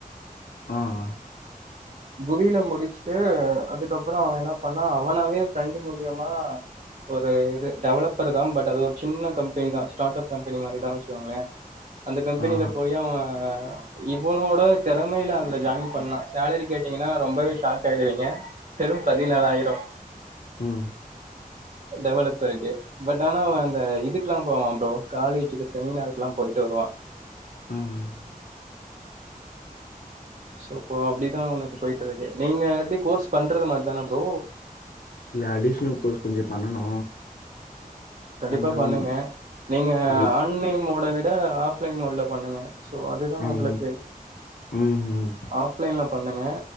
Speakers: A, on the left (about 85°); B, on the right (about 55°).
A: ஆ ஆ
B: குவில முடுச்ட்டு அதுக்கப்பறோ அவே என்ன பண்ணா அவனாவே ஃப்ரண்ட் மூலியமா ஒரு இது டெவலப்பரு தா பட் அது ஒரு சின்ன கம்பெனி தா ஸ்டார்ட் அப் கம்பெனி மாரிதா வச்சுக்கோங்களே அந்த கம்பெனில
A: ஆ
B: போய் அவே இவனோட தெறமைல அதுல ஜாய்ன் பண்ணா சேலரி கேட் டீங்கன்னா ரொம்பவே ஷாக் ஆய்டுவீங்க வெறும் பதினாலாயிரோ
A: ம்
B: டெவலப் இருக்கு பட் ஆனா அவே அந்த இதுக்கெல்லா போவா ப்ரோ காலேஜுக்கு செமினார்கலா போய்ட்டு <unintelligible>
A: ம் ம்
B: சோ அப்டிதா அவனுக்கு போய்ட்டு இருக்கு நீங்க எப்டி கோர்ஸ் பண்றது மாரிதானா ப்ரோ
A: இல்ல அடிஷ்னல் கோர்ஸ் கொஞ்ச பண்ணனு
B: கண்டிப்பா
A: அது நம்
B: பண்ணுங்க நீங்க
A: அது
B: ஆன்லைன் மோட விட ஆஃப்லைன் மோட்ல பண்ணுங்க சோ அதுதா
A: அது
B: அவளுக்கு
A: ம் ம்
B: ஆஃப்லைன்ல பண்ணுங்க